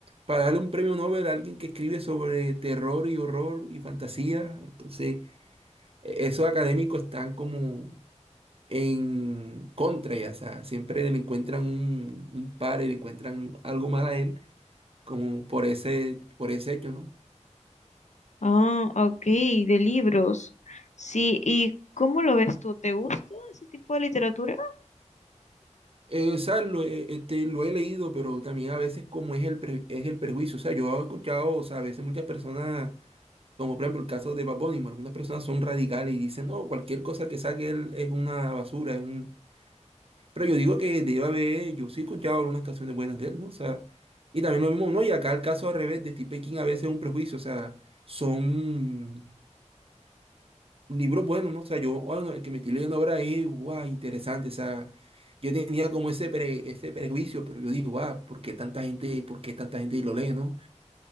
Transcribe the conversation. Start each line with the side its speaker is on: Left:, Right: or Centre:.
Right: para darle un premio Nobel a alguien que escribe sobre terror y horror y fantasía, entonces, e- esos académicos están como en contra, ya, o sea, siempre le encuentran un, un par y le encuentran algo mal a él, como por ese, por ese hecho, ¿no?
Left: ah, ok, de libros. Sí, ¿y cómo lo ves tú? ¿Te gusta ese tipo de literatura?
Right: Eh, o sea, lo he, este, lo he leído, pero también a veces como es el, pre- es el prejuicio. O sea, yo he escuchado, o sea, a veces muchas personas, como por ejemplo el caso de Bad Bunny, algunas personas son radicales y dicen, no, cualquier cosa que saque él es una basura, es un... Pero yo digo que debe haber, yo sí he escuchado algunas canciones buenas de él, ¿no? O sea, y también lo mismo, ¿no? Y acá el caso al revés de Steve King a veces es un prejuicio, o sea, son libros buenos, ¿no? O sea, yo, bueno, el que me estoy leyendo ahora es, guau, interesante, o sea, yo tenía como ese, pre- ese prejuicio, pero yo digo, guau, ¿por qué tanta gente, por qué tanta gente lo lee, ¿no?